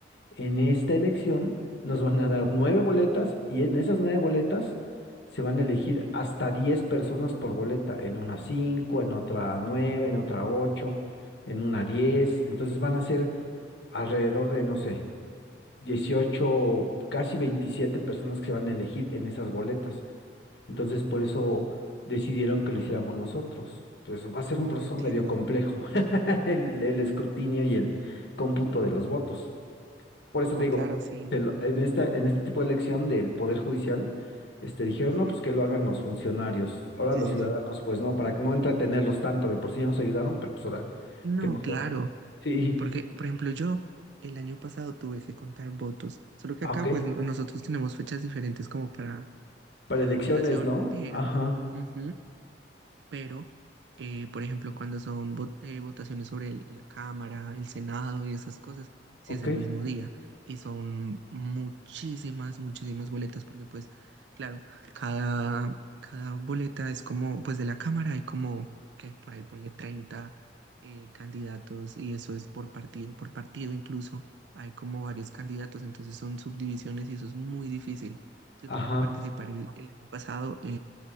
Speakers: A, on the left; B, on the right.
A: En esta elección nos van a dar nueve boletas y en esas nueve boletas se van a elegir hasta diez personas por boleta. En una cinco, en otra nueve, en otra ocho, en una diez. Entonces van a ser alrededor de, no sé 18 casi 27 personas que se van a elegir en esas boletas. Entonces, por eso decidieron que lo hiciéramos nosotros. Pues va a ser un
B: Oh,
A: proceso
B: entiendo.
A: medio complejo, <laughs> el, el escrutinio y el cómputo de los votos. Por
B: No,
A: eso te digo,
B: claro, sí.
A: te lo- en esta, en este tipo de elección del Poder Judicial, este, dijeron,
B: Ujú.
A: no, pues que lo hagan los funcionarios. Ahora
B: Sí,
A: los
B: sí,
A: ciudadanos,
B: sí.
A: pues no, para que no entretenerlos tanto, de por sí ya nos ayudaron, pero pues ahora,
B: No,
A: qué mejor.
B: claro,
A: Sí,
B: porque, por ejemplo, yo el año pasado tuve que contar votos, solo que
A: ah,
B: acá,
A: ok,
B: pues, n- nosotros tenemos fechas diferentes como para
A: para
B: cada
A: elecciones,
B: votación,
A: ¿no?
B: pero
A: Ajá,
B: ujú, pero, eh, por ejemplo, cuando son vo- eh, votaciones sobre el- la Cámara, el Senado y esas cosas,
A: ok.
B: sí es el mismo día y son muchísimas, muchísimas boletas, porque pues, claro, cada, cada boleta es como, pues de la Cámara hay como, que por ahí ponle 30 eh, candidatos y eso es por partido, por partido incluso. Hay como varios candidatos, entonces son subdivisiones y eso es muy difícil. Yo tuve
A: Ajá,
B: que participar el, el año pasado